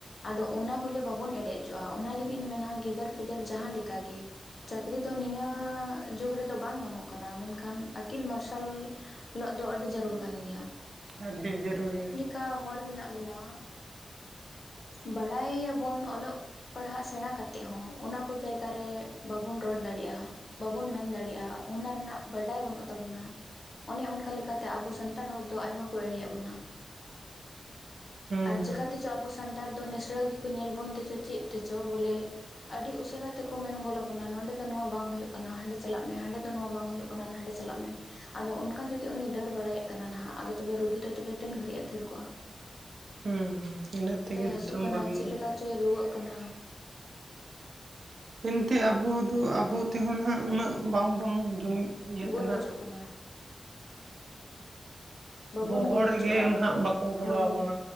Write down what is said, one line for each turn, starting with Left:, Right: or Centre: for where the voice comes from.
Left: ᱟᱫᱚ ᱚᱱᱟ ᱵᱚᱞᱮ ᱵᱟᱵᱚᱱ ᱮᱲᱮ ᱚᱪᱚᱜᱼᱟ ᱚᱱᱟ ᱞᱟᱹᱜᱤᱫ ᱤᱧ ᱢᱮᱱᱟ ᱜᱤᱫᱟᱹᱨ ᱯᱤᱫᱟᱹᱨ ᱡᱟᱦᱟᱸ ᱞᱮᱠᱟ ᱜᱮ ᱪᱟᱹᱠᱨᱤ ᱫᱚ ᱱᱤᱭᱟᱹ ᱡᱩᱜ ᱨᱮᱫᱚ ᱵᱟᱝ ᱧᱟᱢᱚᱜ ᱠᱟᱱᱟ᱾ ᱢᱮᱱᱠᱷᱟᱱ ᱟᱹᱠᱤᱞ ᱢᱟᱨᱥᱟᱞ ᱦᱤᱞᱚᱜ ᱫᱚ ᱟᱹᱰᱤ ᱡᱟᱹᱨᱩᱲ ᱠᱟᱱ ᱜᱮᱭᱟ᱾
Right: ᱟᱹᱰᱤ ᱵ ᱡᱟᱹᱨᱩᱨᱤ
Left: ᱚᱠᱟ ᱦᱚᱲ ᱢᱮᱱᱟᱜ ᱵᱚᱱᱟ ᱵᱟᱲᱟᱭᱟᱵᱚᱱ ᱚᱞᱚᱜ ᱯᱟᱲᱦᱟᱜ ᱥᱮᱬᱟ ᱠᱟᱛᱮ ᱦᱚᱸ ᱚᱱᱟ ᱠᱚ ᱡᱟᱭᱜᱟ ᱨᱮ ᱵᱟᱵᱚᱱ ᱨᱚᱲ ᱫᱟᱲᱮᱭᱟᱜᱼᱟ ᱵᱟᱵᱚᱱ ᱢᱮᱱ ᱫᱟᱲᱮᱭᱟᱜᱼᱟ ᱚᱱᱟ ᱨᱮᱱᱟᱜ ᱵᱟᱰᱟᱭ ᱵᱟᱹᱱᱩᱜ ᱛᱟᱵᱚᱱᱟ ᱚᱱᱮ ᱚᱱᱠᱟ ᱞᱮᱠᱟᱛᱮ ᱟᱵᱚ ᱥᱟᱱᱛᱟᱲ ᱦᱚᱲ ᱫᱚ ᱟᱭᱢᱟ ᱠᱚ ᱮᱲᱮᱭᱮᱫ ᱵᱚᱱᱟ
Right: ᱦᱩᱸ
Left: ᱟᱨ ᱪᱤᱠᱟᱛᱮᱪᱚ ᱟᱵᱚ ᱥᱟᱱᱛᱟᱲ ᱫᱚ ᱱᱤᱥᱲᱟᱹ ᱜᱮᱠᱚ ᱧᱮᱞ ᱵᱚᱱ ᱛᱮᱪᱚ ᱪᱮᱫ ᱛᱮᱪᱚ ᱵᱚᱞᱮ ᱟᱹᱰᱤ ᱩᱥᱟᱹᱨᱟ ᱛᱮᱠᱚ ᱢᱮᱱ ᱜᱚᱞ ᱟᱵᱚᱱᱟ ᱱᱚᱰᱮ ᱫᱚ ᱱᱚᱣᱟ ᱵᱟᱝ ᱦᱩᱭᱩᱜ ᱠᱟᱱᱟ ᱦᱟᱸᱰᱮ ᱪᱟᱞᱟᱜ ᱢᱮ ᱦᱟᱸᱰᱮ ᱫᱚ ᱱᱚᱣᱟ ᱵᱟᱝ ᱦᱩᱭᱩᱜ ᱠᱟᱱᱟᱱᱟᱜ ᱦᱟᱸᱰᱮ ᱪᱟᱞᱟᱜ ᱢᱮ ᱟᱫᱚ ᱚᱱᱠᱟ ᱡᱩᱫᱤ ᱩᱱᱤ ᱫᱟᱹᱲ ᱵᱟᱲᱟᱭᱮᱫ ᱠᱟᱱᱟ ᱱᱟᱦᱟᱜ ᱟᱫᱚ ᱛᱚᱵᱮ ᱨᱩᱜᱤ ᱫᱚ ᱛᱚᱵᱮ ᱛᱮᱱ ᱜᱷᱟᱹᱲᱤᱡ-ᱟ ᱛᱷᱤᱨ ᱠᱚᱜ-ᱟ
Right: ᱦᱩᱸ ᱤᱱᱟᱹᱜ ᱛᱮᱜᱮ
Left: ᱦᱟᱹᱥᱩᱜ
Right: ᱫᱤᱥᱚᱢ
Left: ᱠᱟᱱᱟ
Right: ᱵᱷᱟᱹᱜᱤᱜᱼᱟ
Left: ᱪᱮᱫ ᱞᱮᱠᱟ ᱪᱚᱭ ᱨᱩᱣᱟᱹᱜ ᱠᱟᱱᱟ?
Right: ᱮᱱᱛᱮ ᱟᱵᱚ ᱫᱚ ᱟᱵᱚ ᱛᱮᱦᱚᱸ ᱩᱱᱟᱜ ᱩᱱᱟᱹᱜ ᱵᱟᱝᱵᱚᱱ ᱡᱩᱢᱤᱫ ᱤᱭᱟᱹᱛᱮ
Left: ᱜᱚᱨᱚᱡᱚᱜ
Right: ᱱᱟᱦᱟᱜ
Left: ᱠᱟᱱᱟ᱾ ᱵᱟᱵᱚᱱ
Right: ᱟᱵᱚ ᱦᱚᱲ
Left: ᱜᱚᱨᱚᱡᱚᱜᱼᱟ
Right: ᱨᱮᱜᱮ ᱱᱟᱦᱱᱟᱜ ᱵᱟᱠᱚ ᱜᱚᱲᱚ
Left: ᱦᱳᱭ
Right: ᱟᱵᱚᱱᱟ᱾